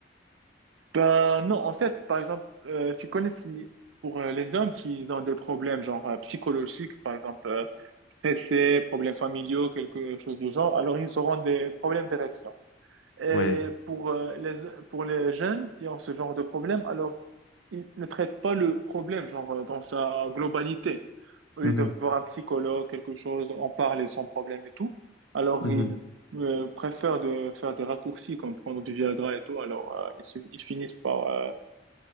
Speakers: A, on the right (about 85°); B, on the left (about 75°).
A: Ben non, en fait, par exemple, euh, tu connais si pour euh, les hommes, s'ils ont des problèmes genre euh, psychologiques, par exemple euh, stressés, problèmes familiaux, quelque chose du genre, alors ils auront des problèmes d'érection. et
B: Ouais.
A: pour euh, les, pour les jeunes qui ont ce genre de problème, alors ils ne traitent pas le problème genre euh, dans sa globalité. Au lieu
B: Mhm.
A: de voir un psychologue, quelque chose, en parler sans problème et tout, alors
B: Mhm.
A: ils euh, préfèrent de faire des raccourcis comme prendre du Viagra et tout, alors euh, ils, se- ils finissent par euh,